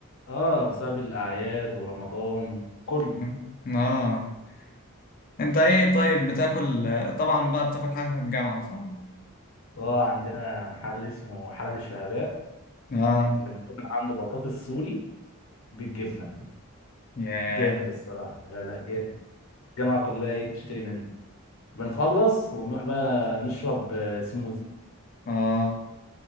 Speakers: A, on the left; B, on the left.
A: اه بسبب الأعياد ورمضان كله
B: مم. اه انت ايه طيب بتاكل طبعا بقى بتاكل حاجه في الجامعه صح
A: اه عندنا محل اسمه حلب الشهباء
B: اه
A: بناكل عنده بطاطس سوري بالجبنة
B: ياه
A: جامد الصراحة لا لا جامد الجامعة كلها ايه بتشتري منه بنخلص ونروح بقى نشرب آه، سموزي
B: اه